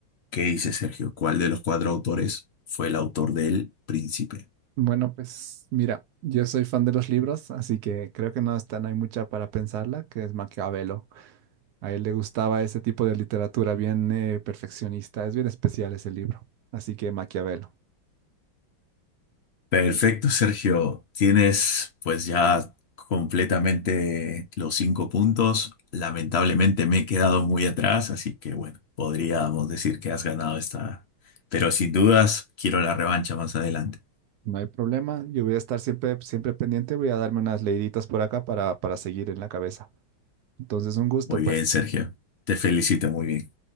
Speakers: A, on the left (about 65°); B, on the right (about 85°).
A: ¿Qué dice Sergio? ¿Cuál de los cuatro autores fue el autor del Príncipe?
B: Bueno, pues mira, yo soy fan de los libros, así que creo que no está, no hay mucha para pensarla, que es Maquiavelo. A él le gustaba ese tipo de literatura bien eh, perfeccionista, es bien especial ese libro, así que Maquiavelo.
A: Perfecto, Sergio. Tienes pues ya completamente los cinco puntos. Lamentablemente me he quedado muy atrás, así que bueno, podríamos decir que has ganado esta, pero sin dudas quiero la revancha más adelante.
B: No hay problema, yo voy a estar siempre, siempre pendiente, voy a darme unas leiditas por acá para, para seguir en la cabeza. Entonces, un gusto,
A: Muy
B: pues.
A: bien, Sergio. Te felicito, muy bien.